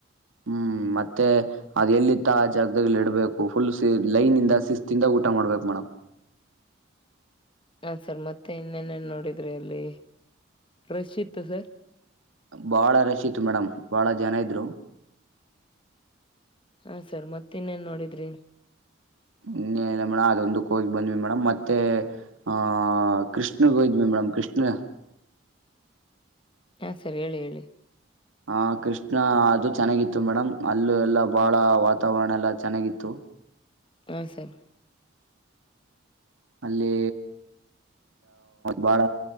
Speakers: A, on the right (about 80°); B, on the left (about 25°).
A: ಹ್ಮ್ ಮತ್ತೆ ಅದ ಎಲ್ಲಿತ್ತ ಆ ಜಾಗದಲಿ ಇಡ್ಬೇಕು ಫುಲ್ ಲೈನ್ ಇಂದ ಶಿಸ್ತಿಂದ ಊಟ ಮಾಡ್ಬೇಕು ಮೇಡಮ್.
B: ಹಾ ಸರ್ ಮತ್ತೆ ಇನ್ನೇನೇನ್ ನೋಡಿದ್ರಿ ಅಲ್ಲಿ. ರಶೀತ್ತು ಸರ್.
A: ಬಾಳ ರಶೀತ್ ಮೇಡಮ್ ಬಾಳ ಜನ ಇದ್ರು.
B: ಹಾ ಸರ್ ಮತ್ತ ಇನ್ನೇನ್ ನೋಡಿದ್ರಿ.
A: ಇನ್ನೇಲ್ಲ ಮೇಡಮ್ ಅದೊಂದಕ್ಕ ಹೋಗಿ ಬಂದ್ವಿ ಮೇಡಮ್ ಮತ್ತೆ ಆಹ್ ಕೃಷ್ಣಗೋಯಿದ್ವಿ ಮೇಡಮ್ ಕೃಷ್ಣ
B: ಹಾ ಸರಿ ಹೇಳಿ ಹೇಳಿ.
A: ಹ ಕೃಷ್ಣ ಅದು ಚೆನ್ನಾಗಿತ್ತು ಮೇಡಮ್ ಅಲ್ಲ ಎಲ್ಲ ಬಾಳ ವಾತಾವರಣ ಎಲ್ಲ ಚೆನ್ನಾಗಿತ್ತು.
B: ಹಾ ಸರ್.
A: ಅಲ್ಲಿ ಬಾಳ